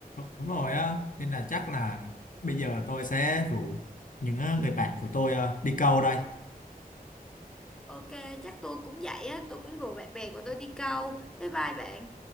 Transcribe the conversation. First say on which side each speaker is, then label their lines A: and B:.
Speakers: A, on the left (about 55°); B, in the centre.
A: đúng rồi á nên là chắc là bây giờ tôi sẽ rủ những ờ, người bạn của tôi ờ, đi câu đây
B: ok chắc tôi cũng vậy á tôi cũng rủ bạn bè của tôi đi câu bye bye bạn